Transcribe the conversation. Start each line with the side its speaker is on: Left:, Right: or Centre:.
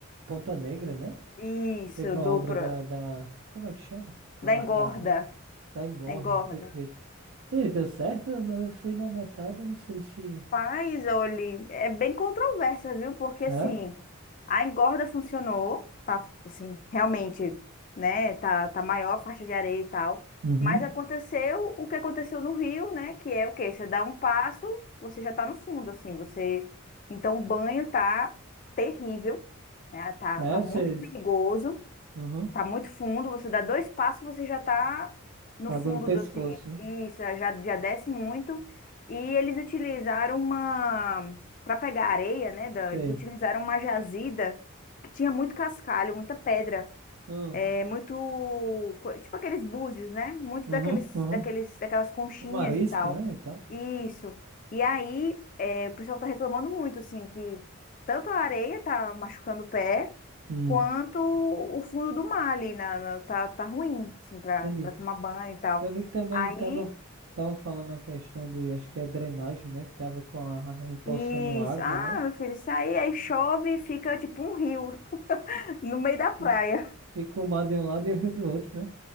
Right: Ponta Negra, né?
Left: Isso,
Right: Teve uma
Left: dupla.
Right: obra da, da... Como é que chama? Alargamento
Left: Da engorda.
Right: da engorda,
Left: Da engorda.
Right: perfeito. E deu certo? Eu não- eu fui na metade, eu não sei se...
Left: Rapaz, olha, é bem controversa, viu? Porque assim,
Right: É?
Left: a engorda funcionou, tá assim, realmente, né? Tá, tá maior a faixa de areia e tal.
Right: Uhum.
Left: Mas aconteceu o que aconteceu no Rio, né? Que é o quê? Você dá um passo, você já tá no fundo, assim, você. Então, o banho tá terrível, né? Tá,
Right: É,
Left: tá muito
Right: vocês...
Left: perigoso.
Right: Uhum.
Left: Tá muito fundo, você dá dois passos, você já tá no
Right: Água
Left: fundo
Right: no pescoço,
Left: do assim.
Right: né?
Left: Isso, já, já desce muito. E eles utilizaram uma. para pegar areia, né? da-
Right: Sei.
Left: eles utilizaram uma jazida que tinha muito cascalho, muita pedra.
Right: Hum.
Left: É muito, co- tipo aqueles búzios, né? Muito
Right: Uhum,
Left: daqueles,
Right: uhum.
Left: daqueles, daquelas conchinhas
Right: O marisco,
Left: e tal.
Right: né, e tal.
Left: Isso. E aí, é, o pessoal tá reclamando muito, assim, que tanto a areia tá machucando o pé,
Right: Hum.
Left: quanto o fundo do mar ali, na, na- tá, tá ruim, assim, pra,
Right: Entendi.
Left: pra tomar banho e tal.
Right: Eu vi que também
Left: Aí,
Right: estavam estavam falando a questão de, acho que é drenagem, né, que tava com a, empoçando
Left: isso.
Right: água,
Left: Ah,
Right: né?
Left: meu filho, isso aí, aí chove e fica tipo um rio <laughs> no meio da praia.
Right: Fica, fica o mar de um lado e o rio do outro, né?